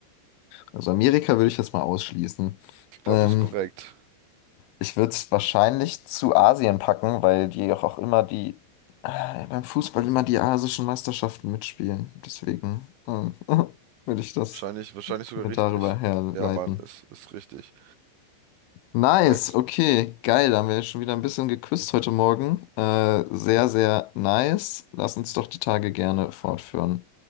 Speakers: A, on the left; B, on the right.
A: also Amerika würde ich jetzt mal ausschließen.
B: Ich glaube,
A: Ähm,
B: es ist korrekt.
A: ich würde es wahrscheinlich zu Asien packen, weil die auch, auch immer die, äh, beim Fußball immer die asischen Meisterschaften mitspielen. Deswegen ähm, <laughs> würde ich das.
B: Wahrscheinlich, wahrscheinlich sogar
A: wir
B: richtig.
A: darüber herleiten.
B: Ja, Mann, ist, ist richtig.
A: Nice,
B: Korrekt.
A: okay, geil. Da haben wir schon wieder ein bisschen geküsst heute Morgen. Äh, sehr, sehr nice. Lass uns doch die Tage gerne fortführen.